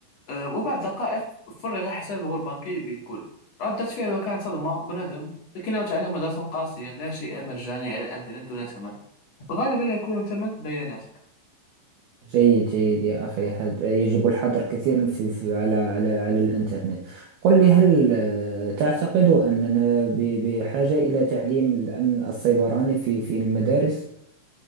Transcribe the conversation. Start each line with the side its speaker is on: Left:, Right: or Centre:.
Left: أه، وبعد دقائق فرغ حسابه البنكي بالكل ردة فعله كانت صدمة وندم لكنه تعلم درسا قاسيا لا شيء مجاني على الإنترنت دون ثمن غالبا يكون الثمن بياناتك
Right: جيد جيد يا أخي هذا يجب الحذر كثيرا في في على على على الإنترنت قل لي هل آه، تعتقد أننا ب- بحاجة إلى تعليم الأمن السيبراني في في المدارس؟